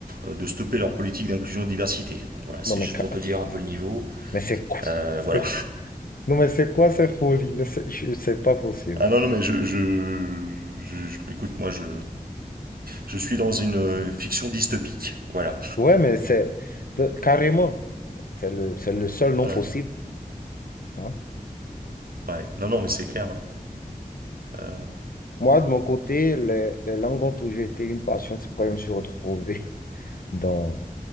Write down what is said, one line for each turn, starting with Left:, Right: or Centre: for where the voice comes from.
Right: euh, de stopper leur politique d'inclusion et de diversité. Donc voilà, c'est
Left: Non, mais,
Right: juste
Left: ca-
Right: pour te dire un peu le niveau.
Left: mais c'est quoi?
Right: Euh,
Left: c'est-
Right: voilà.
Left: Non, mais c'est quoi cette folie? Mais c'est je- c'est pas possible,
Right: Ah non,
Left: quoi.
Right: non, mais je... je... je- je- écoute, moi, je, je suis dans une euh, fiction dystopique. Voilà.
Left: Ouais, mais c'est de- carrément. C'est le, c'est le seul nom
Right: Ouais.
Left: possible. hein.
Right: Ouais. Non, non, mais c'est clair. hein. Euh,
Left: Moi, de mon côté, les, les langues ont toujours été une passion. C'est pourquoi je me suis retrouvé <laughs> dans,